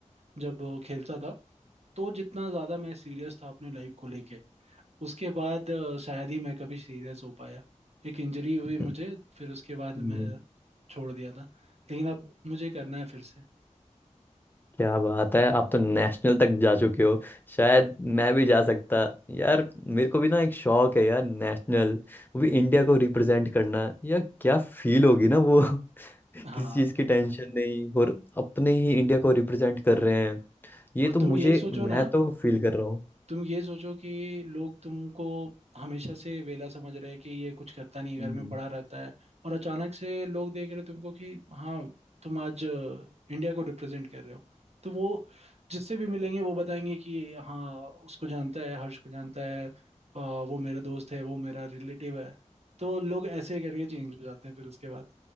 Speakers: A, on the right (about 55°); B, on the left (about 15°).
A: जब खेलता था तो जितना ज़्यादा मैं सीरियस था अपने लाइफ को लेके उसके बाद अ, शायद ही मैं कभी सीरियस हो पाया एक इंजरी हुई
B: हम्म,
A: मुझे फिर उसके बाद
B: हम्म।
A: मैं छोड़ दिया था लेकिन अब मुझे करना है फिर से
B: क्या बात है आप तो नेशनल तक जा चुके हो शायद मैं भी जा सकता यार मेरे को भी ना एक शौक है यार नेशनल वो भी इंडिया को रिप्रेजेंट करना यार क्या फील होगी ना वो <laughs>
A: हाँ
B: किसी चीज़ की टेंशन नहीं और अपने ही इंडिया को रिप्रेजेंट कर रहे हैं ये
A: और
B: तो मुझे
A: तुम ये सोचो
B: मैं
A: ना
B: तो फील कर रहा हूँ
A: तुम ये सोचो कि लोग तुमको हमेशा से वेला समझ रहे हैं कि ये कुछ करता नहीं है, घर
B: हम्म,
A: में पड़ा रहता है और अचानक से लोग देख रहे हैं तुमको कि हाँ तुम आज अ, इंडिया को रिप्रेजेंट कर रहे हो तो वो जिससे भी मिलेंगे वो बताएंगे कि हाँ उसको जानता है हर्ष को जानता है अ, वो मेरा दोस्त है वो मेरा रिलेटिव है तो लोग ऐसे करके चेंज हो जाते हैं फिर उसके बाद